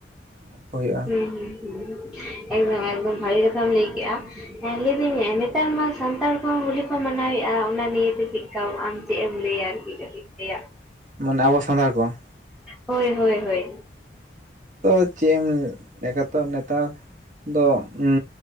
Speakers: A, on the right (about 45°); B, in the centre.
A: ᱚᱱᱟᱠᱚ ᱦᱳᱭᱳᱜᱼᱟ ᱾
B: ᱦᱩᱸ ᱦᱩᱸ ᱦᱩᱸ ᱮᱠᱫᱚᱢ ᱮᱠᱫᱚᱢ ᱵᱷᱟᱹᱜᱮ ᱠᱟᱛᱷᱟᱢ ᱞᱟᱹᱭ ᱠᱮᱜᱼᱟ᱾ ᱦᱮᱸ ᱞᱟᱹᱭᱫᱟᱹᱧ ᱱᱮᱛᱟᱨ ᱢᱟ ᱥᱟᱱᱛᱟᱲ ᱠᱚᱦᱚᱸ ᱦᱳᱞᱤ ᱠᱚ ᱢᱟᱱᱟᱣᱮᱫᱼᱟ ᱚᱱᱟ ᱱᱤᱭᱮᱛᱮ, ᱪᱮᱫᱠᱟ ᱟᱢ ᱪᱮᱫ ᱮᱢ ᱞᱟᱹᱭᱟ? <unintelligible>
A: ᱢᱟᱱᱮ ᱟᱵᱚ ᱥᱟᱱᱛᱟᱲ ᱠᱚ ᱾
B: ᱦᱚᱭ ᱦᱚᱭ ᱦᱚᱭ ᱾
A: ᱛᱚ ᱪᱮᱫ ᱮᱢ ᱞᱮᱠᱟ ᱛᱚ ᱱᱮᱛᱟᱨ ᱫᱚ ᱩᱸᱻ